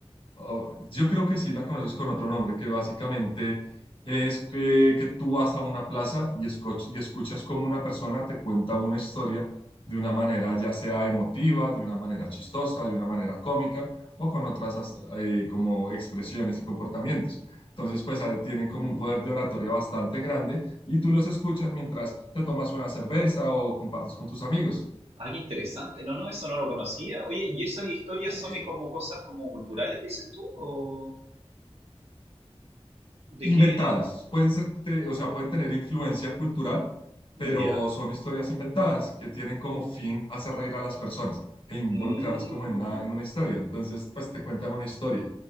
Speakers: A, on the left; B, on the right.
A: oh, yo creo que sí la conoces con otro nombre, que básicamente es que, que tú vas a una plaza y, escoch- y escuchas como una persona te cuenta una historia de una manera ya sea emotiva, de una manera chistosa, de una manera cómica o con otras as- eh, como expresiones y comportamientos. Entonces, pues ahí tienen como
B: Mm.
A: un poder de oratoria bastante grande y tú los escuchas mientras te tomas una cerveza o compartes con tus amigos.
B: Ah, qué interesante. No, no, eso no lo conocía. Oye, ¿y esas historias
A: Eh,
B: son y como cosas como culturales,
A: eh,
B: dices tú? ¿O de
A: inventadas.
B: qué?
A: Pueden ser, te- o sea, pueden tener influencia cultural, pero
B: Ya.
A: son historias inventadas que tienen como fin hacer reír a las personas e involucrarlas
B: Mm.
A: como en una, en una historia. Entonces, pues te cuentan una historia.